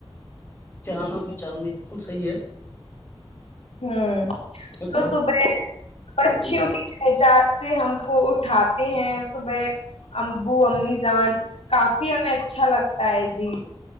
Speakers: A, on the left; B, on the left.
A: چانوں کی چاندنی بالکل صحیح ہے
B: ہوں
A: دیکھو
B: تو صبح پچیوں
A: ہاں جی
B: کی چہچاٹ سے ہم کو اٹھاتے ہیں صبح امبو امیزان کافی ہمیں اچھا لگتا ہے جی